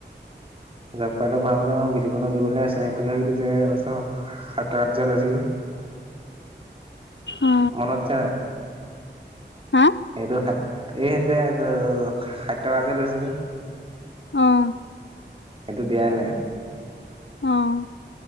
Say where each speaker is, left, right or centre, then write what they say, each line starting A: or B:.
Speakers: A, on the right; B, on the left.
A: জব কাৰ্ডৰ ভৰাবলে আও বিটোপনক দিবলৈ আছে । <unintelligible> সাত সাত যে লৈছিলো মনত
B: অ
A: আছে নাই?
B: হা
A: সেইটো খা এইে যে ষাঠি টকা যে লৈছিলো।
B: অহ।
A: সেইটো দিয়াই নাই।
B: অহ।